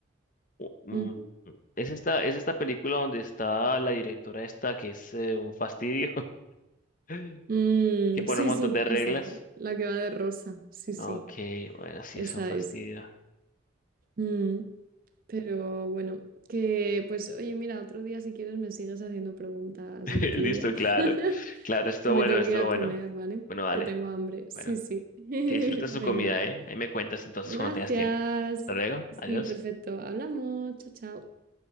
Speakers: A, on the left; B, on the right.
A: U- mm,
B: Ujú.
A: Es esta, es esta película donde está la directora esta, que es eh, un fastidio, <laughs>
B: Mm,
A: que pone
B: sí,
A: un montón
B: sí,
A: de
B: esa,
A: reglas.
B: la que va de rosa, sí, sí,
A: Ok, bueno, sí
B: esa
A: es un fastidio.
B: es. Mm, pero bueno, que pues oye, mira, otro día si quieres me sigues haciendo preguntas
A: <laughs>
B: del trivial,
A: Listo, claro.
B: <laughs>
A: Claro, estuvo
B: que me
A: bueno,
B: tengo
A: estuvo
B: que ir a
A: bueno.
B: comer, ¿vale?
A: Bueno, vale.
B: Que tengo hambre, sí,
A: Bueno,
B: sí, <laughs>
A: que disfrutes
B: venga.
A: tu comida, ¿eh? Ahí me cuentas entonces
B: Gracias.
A: cuando tengas tiempo. Hasta luego,
B: Sí,
A: adiós.
B: perfecto. Hablamos. Chao, chao.